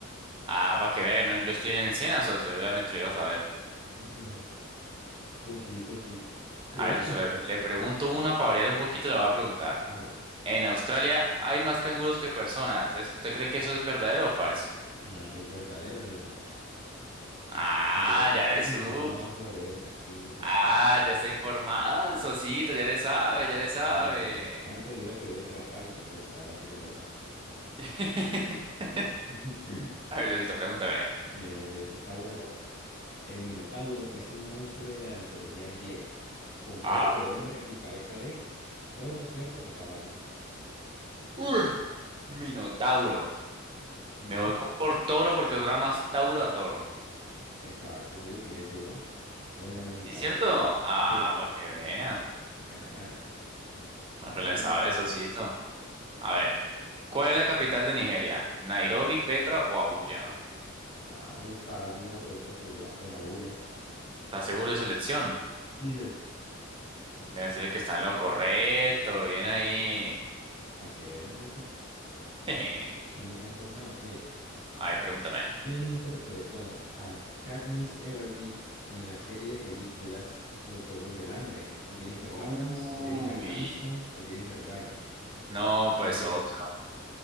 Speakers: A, on the right; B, on the left.
A: Ah, para que vean, no, yo estoy en el SENA, socio, obviamente lo ibas a ver.
B: <laughs> Pues sí, pues sí. Pregúntese.
A: A ver, socio, le,
B: socio.
A: le pregunto una para variar un poquito, la voy a preguntar.
B: Vale.
A: En Australia hay más canguros que personas. ¿Es- ¿Usted cree que eso es verdadero o falso?
B: Ah, es verdadero, socio.
A: Ah,
B: Yo ya estoy
A: ya le
B: i-
A: supo.
B: informado sobre eso. Sí, sí, sí.
A: Ah, ya está informado, socito, ya le sabe, ya le sabe.
B: Ujú. Antes hubiera creído que era falso, pero pues ahora sí que es verdad.
A: <laughs>
B: <laughs>
A: A ver, socito, pregúntame.
B: Mira, Esa está buena pausa. El Minotauro es un monstruo de la mitología griega, con cuerpo
A: ¿Ah?
B: de hombre y cabeza de toro, cerdo o caballo.
A: Uy, Minotauro.
B: Ujú.
A: Me voy co- por toro porque suena más tauro a toro.
B: Exacto, eso es decir, eso, ¿no? Buena lógica
A: ¿Sí es
B: ahí.
A: cierto? Ah,
B: Sí,
A: para que vea.
B: buena, buena.
A: No
B: La pregunta
A: que le sabe,
B: usted
A: socito.
B: ya.
A: A ver. ¿Cuál es la capital de Nigeria? ¿Nairobi, Petra o Abuya?
B: Ah, muy fácil la pregunta suya, pues abulla.
A: ¿Estás seguro de su elección?
B: Dices.
A: Deben decirle que está en lo correcto. Bien ahí.
B: <laughs> Para que veas eso.
A: <laughs>
B: Él no está informado. Mire.
A: Ay, pregúntame.
B: quien interpretó a Katniss Everdeen en la serie de películas Los Juegos del Hambre? Jennifer Lawrence,
A: Uy.
B: Jennifer Aniston o Jennifer Garner.
A: No,
B: Ah,
A: pues
B: oh, Jennifer.
A: otro.